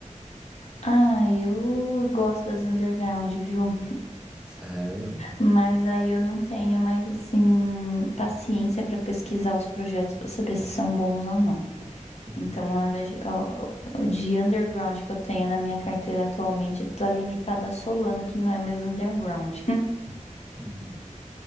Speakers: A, on the left; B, in the centre.
A: Ah, eu gosto das underground, viu?
B: Sério?
A: Mas aí eu não tenho mais, assim, paciência para pesquisar os projetos para saber se são bons ou não.
B: Uhum.
A: Então, a minha- ó, o de underground que eu tenho na minha carteira atualmente tá limitado à Solana, que não é mais underground. <laughs>
B: Hum,